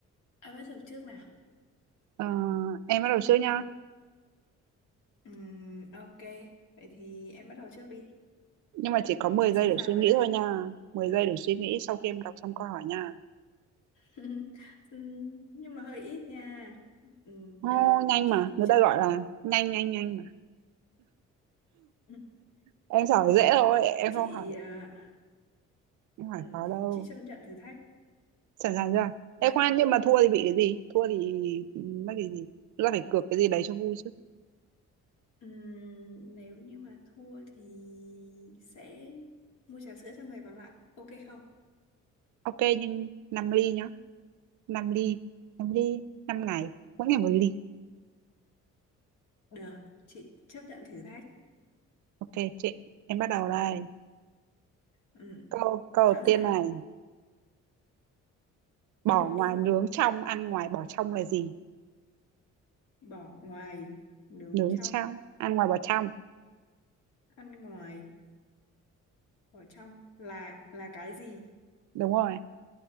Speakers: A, on the left (about 85°); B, on the right (about 75°).
A: Ai bắt đầu trước nào?
B: Ờ, em bắt đầu trước nha.
A: Ừm, ok. Vậy thì em bắt đầu trước đi.
B: Nhưng mà chỉ có 10
A: Chị
B: giây
A: sẵn
B: để
A: sàng
B: suy nghĩ
A: rồi đây.
B: thôi nha. mười giây để suy nghĩ sau khi em đọc xong câu hỏi nha.
A: <laughs> Ừ, nhưng mà hơi ít nha ừ,
B: Ô,
A: được rồi
B: nhanh
A: chị
B: mà. Người
A: chấp
B: ta gọi
A: nhận
B: là nhanh nhanh nhanh mà.
A: ừ,
B: em giỏi dễ
A: được
B: thôi em
A: chị
B: không hỏi
A: à,
B: em hỏi
A: ừ,
B: khó đâu
A: chị chấp nhận thử thách
B: sẵn sàng chưa em
A: được
B: khoan nhưng mà thua thì bị cái gì thua thì ừ, mất cái gì chúng ta phải cược cái gì đấy cho vui chứ
A: ừ, nếu như mà thua thì sẽ mua trà sữa cho người còn lại ok không
B: ok nhưng năm ly nhá năm ly 5 ly 5 ngày mỗi ngày một ly
A: được chị chấp nhận thử thách
B: ok chị em bắt đầu đây
A: ừ,
B: câu câu đầu
A: sẵn
B: tiên
A: sàng
B: này bỏ
A: ăn đồ
B: ngoài
A: đi
B: nướng trong ăn ngoài bỏ trong là gì
A: bỏ ngoài nướng
B: nướng
A: trong
B: trong ăn ngoài bỏ trong
A: ăn ngoài bỏ trong là là cái gì
B: đúng rồi